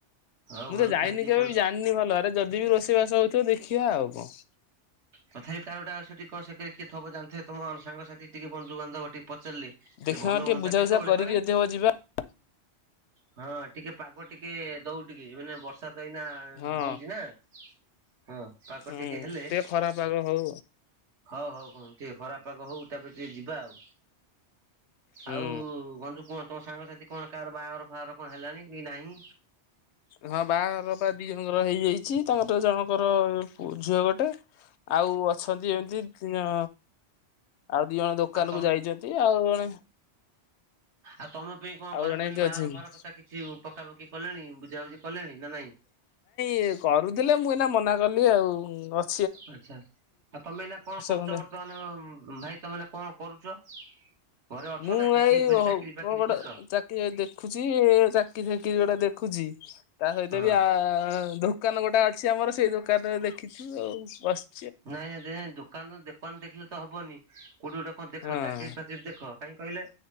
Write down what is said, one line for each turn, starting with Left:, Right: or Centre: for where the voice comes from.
Right: ହଉ
Left: ମୁଁ
Right: ଘରୁ
Left: ତ ଯାଇନି
Right: ଖାଇଦେଇ
Left: କେବେ
Right: ପଳେ
Left: ବି ଜାଣିନି ଭଲରେ ଯଦି ବି ରୋଷେଇବାସ ହଉଥିବ ଦେଖିବା ଆଉ କଣ।
Right: ତଥାପି କାହାର ଟା ସେଠି କଣ ସେକରେ କିଏ ଥବ ଜା ସେ ତମ ସାଙ୍ଗସାଥି ଟିକେ ବନ୍ଧୁବାନ୍ଧବ ଟିକେ ପଚାରିଲି
Left: ଦେଖିବା
Right: ଭଲ
Left: ଟିକେ
Right: ହୁଅନ୍ତା
Left: ବୁଝାବୁଝା
Right: କେତେବେଳେ
Left: କରିକି
Right: ମାନେ
Left: <unintelligible>
Right: ହଁ ଟିକେ ପାଗ ଟିକେ ଦଉ ଟିକେ ମାନେ ବର୍ଷା ଏଇନା
Left: ହଁ
Right: ହଉଛି ନା ହଁ ପାଗ
Left: ହୁଁ
Right: ଟିକେ ହେଲେ
Left: ଖରା ପାଗ ହଉ
Right: ହଉ ହଉ ହ ଟିକେ ଖରା ପାଗ ହଉ ତାପରେ ଟିକେ ଯିବା ଆଉ।
Left: ହୁଁ।
Right: ଆଉ ବନ୍ଧୁ କୁହ ତମ ସାଙ୍ଗସାଥି କଣ କାହାର ବାହାଘର ଫାଘର କଣ ହେଲାଣି କି ନାହିଁ
Left: ହଁ ବାହାଘର ବା ଦି ଜଣଙ୍କର ହେଇଯାଇଛି। ତାଙ୍କର ଜଣଙ୍କର ପୁ ଝିଅ ଗୋଟେ। ଆଉ ଅଛନ୍ତି ଏମିତି ତିଆ ଆଉ ଦି ଜଣ ଦୋକାନ
Right: ଆଉ ତମ
Left: କୁ ଯାଇଛନ୍ତି। ଆଉ ଜଣେ
Right: ଆଉ ତମେ? ସେଥିପାଇ କଣ
Left: ଆଉ
Right: ଘରେ
Left: ଜଣେ
Right: ପୁଣି
Left: ଏମିତି
Right: ବାହାର
Left: ଅଛି
Right: ବାହାର କଥା କିଛି ପକାପକି କଲେଣି ବୁଝାବୁଝି କଲେଣି ନା ନାଇଁ?
Left: ଏ କରୁଥିଲେ ମୁଁ ଏଇନା ମନା କଲି ଆଉ ଅସ
Right: ଆଛା ଆଉ ତମେ ଏଇନା କଣ କରୁଛ
Left: ଖଣ୍ଡେ
Right: ବର୍ତ୍ତମାନ ଭାଇ? ତମାନେ କଣ କରୁଛ? ଘରେ ଅଛ
Left: ମୁଁ
Right: ନା କିଛି
Left: ଏଇ କ
Right: ଚାକିରି ଫାକିରି
Left: କଣ ଗୋଟେ
Right: କରିଛ?
Left: ଚାକିରି ବାକ୍ ଦେଖୁଛି ଚାକିରି ଫାକିରି ଗୋଟେ ଦେଖୁଛି। ତା ସହିତ
Right: ହଁ।
Left: ବି ଆ ଦୋକାନ ଗୋଟେ ଅଛି ଆମର ସେଇ ଦୋକାନରେ ଦେଖି ଚି ଆଉ ବସ୍
Right: ନାଇଁ ନାଇଁ ଯେ ଦୋକାନ ଦୋକାନ ଦେଖିଲେ ତ ହବନି କୋଉଠି ଗୋଟେ କଣ ଦେଖ
Left: ହଁ
Right: ଚାକିରି ଫାକିରି ଦେଖ। କାହିଁ କହିଲେ